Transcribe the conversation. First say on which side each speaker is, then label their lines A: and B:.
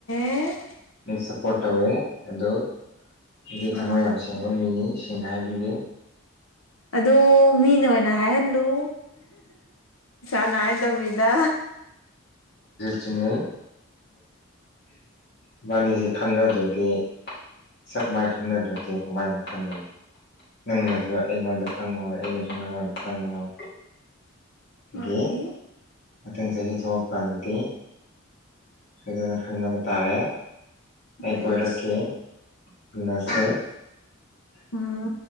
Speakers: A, on the left; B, on the left.
A: ꯑꯦ
B: ꯑꯩ ꯁꯞꯄꯣꯔꯠ ꯇꯧꯋꯦ ꯑꯗꯨꯣ ꯑꯩꯗꯤ ꯊꯃꯣꯏ
A: ꯑꯥ
B: ꯌꯥꯝ ꯁꯦꯡꯕ ꯃꯤꯅꯤ ꯁꯤ ꯉꯥꯏꯕꯤꯔ
A: ꯑꯗꯣ ꯃꯤꯅ ꯑꯣꯏꯅ ꯍꯥꯏꯍꯜꯂꯨ ꯆꯥꯟ ꯍꯥꯏꯗꯕꯕꯤꯗ
B: ꯆꯨꯝꯃꯦ ꯑꯕꯥꯅꯤꯁꯦ ꯈꯪꯅꯗ꯭ꯔꯗꯤ ꯁꯞꯃꯥꯏꯅ ꯈꯪꯅꯗ꯭ꯔꯗꯤꯦ ꯀꯃꯥꯏꯅ ꯈꯪꯒꯅꯤ ꯅꯪꯅꯁꯨ ꯑꯩꯉꯣꯟꯗ ꯈꯪꯉꯣꯏ ꯑꯩꯅꯁꯨ ꯅꯪꯉꯣꯟꯗ ꯈꯪꯉꯣꯏ ꯑꯗꯒꯤ
A: ꯃꯥꯅꯤ
B: ꯃꯊꯪ ꯆꯍꯤ ꯊꯣꯛꯂꯛ ꯀꯥꯟꯗꯗꯤ ꯁꯣꯏꯗꯅ ꯈꯪꯅꯕ ꯇꯥꯔꯦ ꯑꯩ
A: ꯑꯩꯁ
B: ꯀꯣꯏꯔꯛꯀꯦ ꯎꯅꯁꯦ
A: ꯎꯝ